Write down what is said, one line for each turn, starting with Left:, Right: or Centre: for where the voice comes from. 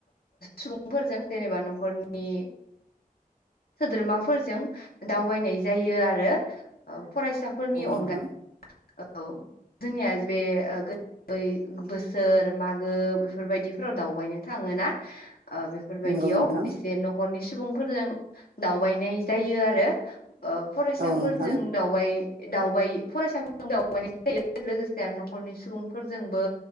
Left: सुबुंफोरजों जेनेबा न'खरनि सोद्रोमाफोरजों दावबायनाय जायो आरो ओ। फरायसाफोरनि
Right: औ
Left: अनगायै
Right: नोंथां
Left: औ जोंनिया बे बै बोसोर मागो बेफोरबायदिफोराव दावबायनो थाङोना ओ बेफोरबायदियाव
Right: नंगौ नोंथां
Left: एसे न'खरनि सुबुंफोरजों दावबायनाय जायो आरो। ओ फरायसाफोरजों
Right: औ नोंथां
Left: दावबाय दावबाय फरायसाफोर जों दावबायनाय जायो लोगोसे आरो न'खरनि सुबुंफोरजोंबो